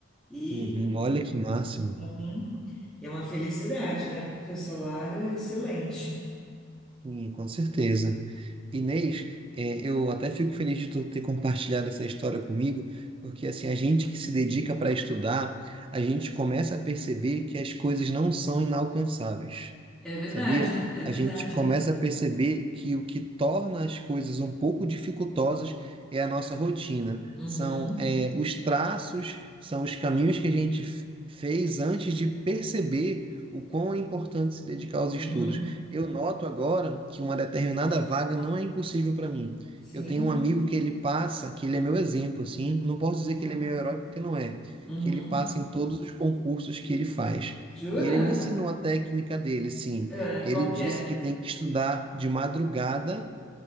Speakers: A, in the centre; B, on the right.
A: E,
B: Uhum. Olha que máximo.
A: uhum, é uma felicidade, né, porque o salário é excelente.
B: Sim, com certeza. Inês, é, eu até fico feliz de tu ter compartilhado essa história comigo, porque assim, a gente que se dedica para estudar, a gente começa a perceber que as coisas não são inalcançáveis.
A: É verdade,
B: Sabia?
A: é
B: A
A: verdade.
B: gente começa a perceber que o que torna as coisas um pouco dificultosas é a nossa rotina.
A: Uhum,
B: São, é, os traços, são os caminhos que a gente f- fez antes de perceber o quão é importante se dedicar aos estudos.
A: uhum,
B: Eu noto agora que uma determinada vaga não é impossível para mim.
A: sim,
B: Eu tenho um amigo que ele passa, que ele é meu exemplo, assim, não posso
A: uhum,
B: dizer que ele é meu herói porque não é,
A: uhum.
B: que ele passa em todos os concursos que ele faz.
A: Jura?
B: E ele me ensinou a técnica dele, sim.
A: É,
B: Ele
A: qualquer.
B: disse que tem que estudar de madrugada,